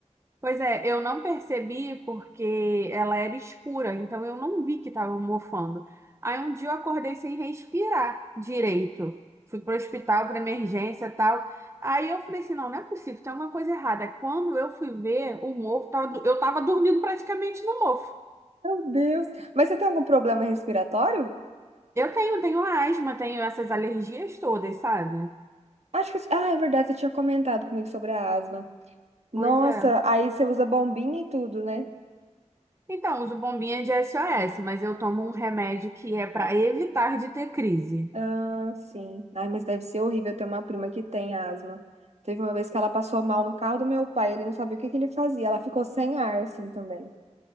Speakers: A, on the right; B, on the right.
A: Pois é, eu não percebi porque ela era escura, então eu não vi que estava mofando. Aí um dia eu acordei sem respirar direito. Fui pro hospital para emergência e tal. Aí eu falei assim, não, não é possível, tem alguma coisa errada. Quando eu fui ver, o mofo tava, do- eu tava dormindo praticamente no mofo.
B: Meu Deus. Mas você tem algum problema respiratório?
A: Eu tenho, tenho asma, tenho essas alergias todas, sabe?
B: Acho que, ah, é verdade, você tinha comentado comigo sobre a asma. Nossa,
A: Pois é.
B: aí você usa bombinha e tudo, né?
A: Então, uso bombinha de SOS, mas eu tomo um remédio que é para evitar de ter crise.
B: Ah, sim. Ai, mas deve ser horrível ter uma prima que tem asma. Teve uma vez que ela passou mal no carro do meu pai, ele não sabia o que que ele fazia. Ela ficou sem ar, assim, também.